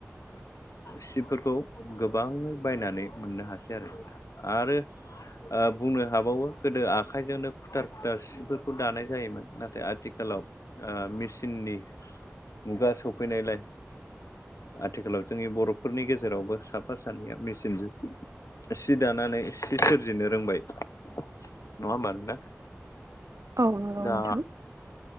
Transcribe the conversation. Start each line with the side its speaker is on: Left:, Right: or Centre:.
Left: सिफोरखौ गोबाङै बायनानै मोननो हासै आरो नोंथां। आरो ओ बुंनो हाबावो गोदो आखाइजोंनो खुथार खुथार सिफोरखौ दानाय जायोमोन नाथाय आथिखालाव ओ मेसिननि मुगा सफैनाय लाइ आथिखालाव जोंनि बर'फोरनि गेजेरावबो साफा सानैया मेसिनजों सि दानानै सि सोरजिनो रोंबाय नङा होमबा नोंथां?
Right: औ नंगौ
Left: दा
Right: नोंथां।